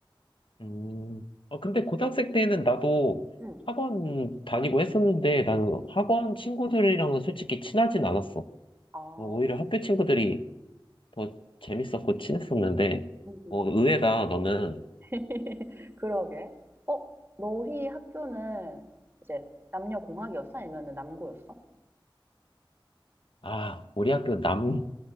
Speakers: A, on the left; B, on the right.
A: 음. 아, 근데 고등학생 때는 나도
B: 응.
A: 학원 다니고 했었는데 나는 학원 친구들이랑은 솔직히 친하진 않았어.
B: 아,
A: 오히려 학교 친구들이 더 재밌었고 친했었는데,
B: 응, 응.
A: 뭐, 의외다, 너는,
B: <laughs> 그러게. 어, 너희 학교는 이제 남녀 공학이었어? 아니면 남고였어?
A: 아, 우리 학교 남,